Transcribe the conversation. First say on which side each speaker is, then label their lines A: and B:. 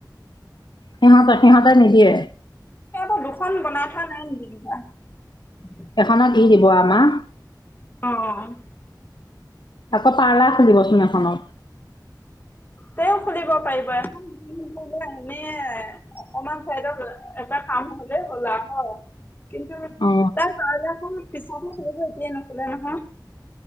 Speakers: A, on the left; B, on the left.
A: সিহঁত- সিহঁতে নিদিয়ে।
B: সেয়াৰ পৰা দুখন বনাই থোৱা নাই নেকি? নাই।
A: এখনত ই দিব আমাক
B: অ'।
A: আকৌ পাৰ্লাৰ খুলিবচোন এখনত।
B: তেওঁ খুলিব পাৰিব এখন <inaudible> এনে অকমান চাইডত এটা কাম হ'লে হ'ল আৰু ন'। কিন্তু
A: অ
B: তাৰ পাৰ্লাৰখন পিছে <inaudible> এতিয়াই নুখুলে নহয়।